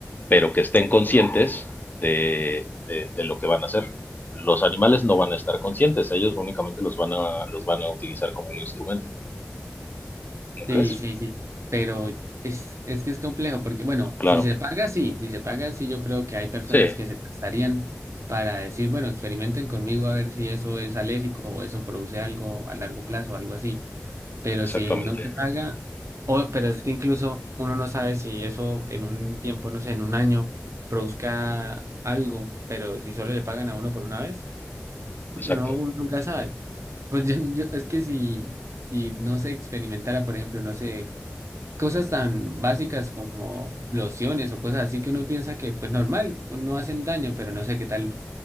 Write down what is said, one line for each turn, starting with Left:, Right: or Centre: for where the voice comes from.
Left: pero que estén conscientes de, de- de lo que van a hacer. Los animales no van a estar conscientes, ellos únicamente los van a, los van a utilizar como un instrumento, ¿no
Right: Sí,
Left: crees?
Right: sí, sí. Pero es, es que es complejo, porque bueno,
Left: Claro.
Right: si se paga, sí, si se paga, sí, yo creo que hay personas
Left: Sí,
Right: que se prestarían para decir, bueno, experimenten conmigo a ver si eso es alérgico o eso produce algo a largo plazo o algo así. Pero
Left: exactamente,
Right: si no se paga, o, pero es que incluso uno no sabe si eso en un tiempo, no sé, en un año, produzca algo, pero si solo le pagan a uno por una vez,
Left: exacto.
Right: no, uno nunca sabe. Pues yo, yo- es que si, si no se experimentara, por ejemplo, no sé, cosas tan básicas como lociones o cosas así que uno piensa que, pues normal, no hacen daño, pero no sé qué tal